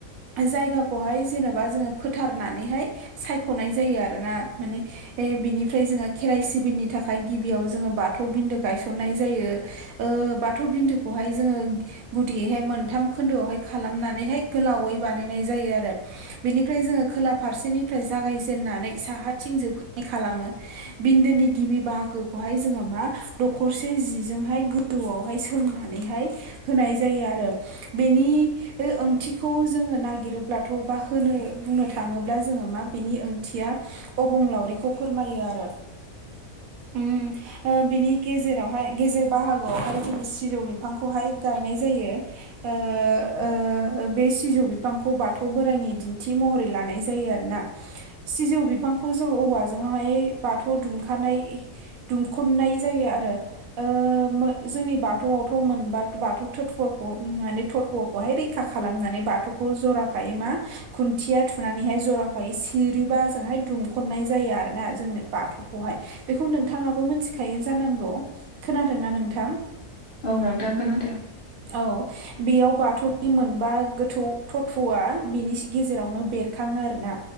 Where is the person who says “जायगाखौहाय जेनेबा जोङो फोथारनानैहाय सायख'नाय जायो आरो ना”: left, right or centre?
Right